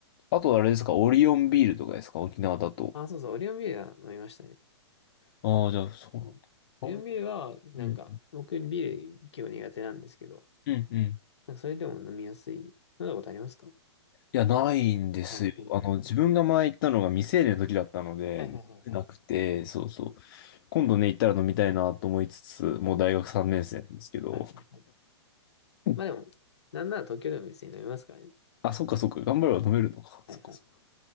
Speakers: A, on the left; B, on the left.
A: あとあれですか、オリオンビールとかですか、沖縄だと。
B: あ、そうそう、オリオンビールは飲みましたね。
A: ああ、じゃあ、そうなんだ。
B: うん。
A: あ
B: オリオンビールは、なんか、
A: うん、
B: 僕ビール結構苦手なんですけど、
A: うん、うん。
B: なんかそれでも飲みやすい。飲んだことありますか
A: いや、ないんですよ。
B: ああ、ほんとほんと。
A: あの、自分が前行ったのが未成年の時だったので、
B: はいはいはいはい。
A: なくて、そうそう。
B: うん。
A: 今度ね、行ったら飲みたいなと思いつつ、もう大学3年生なんですけど。
B: はいはいはい。
A: <laughs>
B: まあでも、なんなら東京でも別に飲みますからね。
A: あ、そっかそっか、頑張れば飲めるのか。
B: はいはい。
A: そっかそっか。